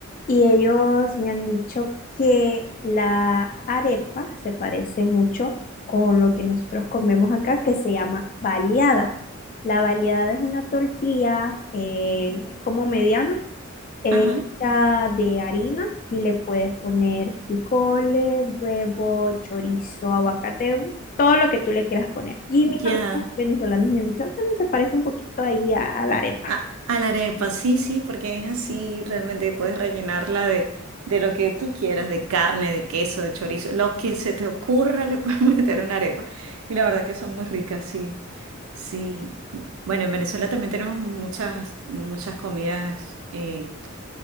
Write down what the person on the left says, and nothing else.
y ellos me han dicho que la arepa se parece mucho con lo que nosotros comemos acá, que se llama baleada. La baleada es una tortilla, em, es como mediana eh,
hecha de harina y le puedes poner frijoles, huevo, chorizo, aguacate, todo lo que tú le quieras poner. Y mis
amigos venezolanos me han dicho, bueno, se parece un poquito ahí a, a la arepa.